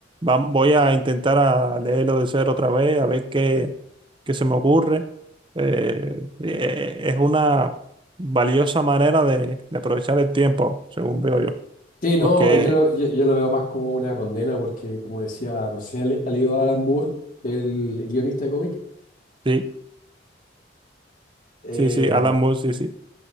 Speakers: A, on the right; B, on the left.
A: Va- voy a intentar a leerlo de cero otra vez, a ver qué, qué se me ocurre. Eh, eh, es una valiosa manera de de aprovechar el tiempo, según veo yo
B: Sí, no,
A: porque
B: yo lo, yo, yo lo veo más como una condena porque, como decía, no sé si ha leído Alan Moore, el guionista de cómic,
A: Sí,
B: eh,
A: sí, sí, Alan Moore, sí, sí.